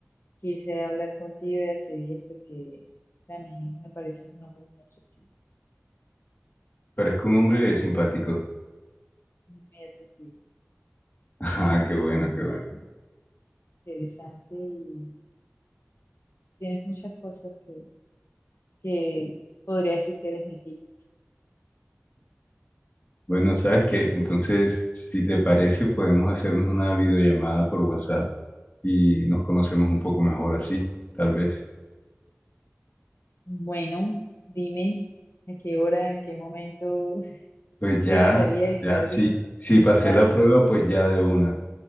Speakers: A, on the left; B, on the left.
A: quise hablar contigo y hacer esto que también me parece un hombre muy atractivo,
B: parezco un hombre simpático. <laughs>
A: muy atractivo
B: Ah, qué
A: y
B: bueno, qué bueno.
A: sí, interesante y Tienes muchas cosas que, que podría decir que eres mi tipo.
B: Bueno, sabes que entonces, si te parece, podemos hacernos una videollamada por WhatsApp y nos conocemos un poco mejor así, tal vez.
A: Bueno, dime a qué hora, en qué momento <laughs>
B: Pues ya,
A: te gustaría y
B: ya,
A: claro
B: si,
A: que sí,
B: si pasé
A: dale.
B: la prueba, pues ya de una.